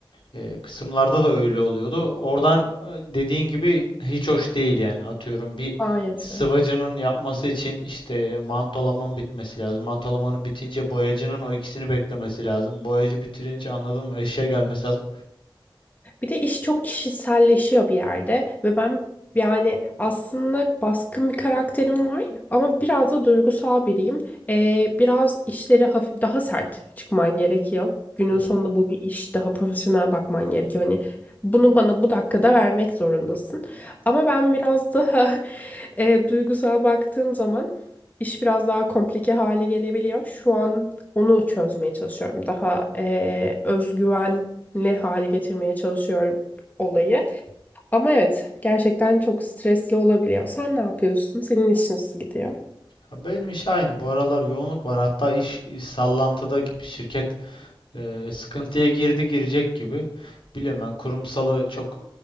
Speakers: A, on the left; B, on the left.
A: e, kısımlarda da öyle oluyordu. Oradan e, dediğin gibi hiç hoş değil yani. Atıyorum bir
B: Maalesef.
A: sıvacının yapması için işte mantolamanın bitmesi lazım. Mantolamanın bitince boyacının o ikisini beklemesi lazım. Boyacı bitirince anladın mı eşya gelmesi lazım.
B: Bir de iş çok kişiselleşiyor bir yerde ve ben yani aslında baskın bir karakterim var ama biraz da duygusal biriyim. Ee, biraz işleri hafif, daha sert çıkman gerekiyor. Günün
A: Hı hı.
B: sonunda bu bir iş, daha profesyonel bakman gerekiyor. Hani bunu bana bu dakikada vermek zorundasın. Ama ben biraz daha <laughs> e, duygusal baktığım zaman iş biraz daha komplike hale gelebiliyor. Şu an onu çözmeye çalışıyorum. Daha e, özgüven ne hale getirmeye çalışıyorum olayı. Ama evet gerçekten çok stresli olabiliyor. Sen ne yapıyorsun? Senin iş nasıl gidiyor?
A: Ya Benim iş aynı. Bu aralar yoğunluk var. Hatta iş e, sallantıda gibi şirket e, sıkıntıya girdi girecek gibi. Biliyorum ben kurumsalı çok